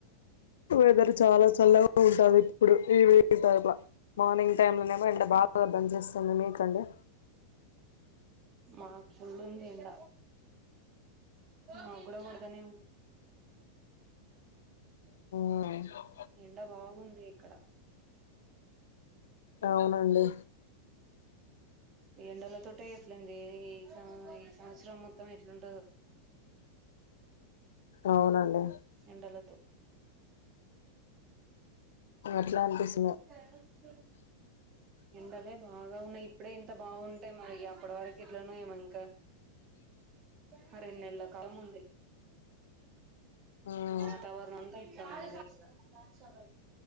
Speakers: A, on the left; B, on the right.
A: వెదర్ చాలా చల్లగా ఉంటది. ఎప్పుడు ఈవినింగ్ టైంలా మార్నింగ్ టైమ్ లోనేమో ఎండ బాగా దచ్చేస్తుంది మీక అండి.
B: మాకు ఫుల్ ఉంది. ఎండ మా గూడ కొడితేనే ఉన్
A: అవునా
B: ఎండ బాగుంది ఇక్కడ
A: అవునండి.
B: ఈ ఎండాల తోటే ఎట్లుదేయ్ స ఈ సంవత్సరం మొత్తం ఎట్లుంటదో
A: అవునండి
B: ఏండాలతో
A: అట్లా అనిపిస్
B: క్యాప్రాన్
A: ఇంకా
B: ఎండలే బాగా ఉన్నాయ్, ఇప్పుడే ఇంత బాగుంటే, మరి అప్పటి వరకు ఇట్లానేమో ఇంకా
A: ఇసలేడే
B: హారి నేలకా ముందే
A: మ్మ్
B: వాతావారణం అంత ఇట్లనే ఉంది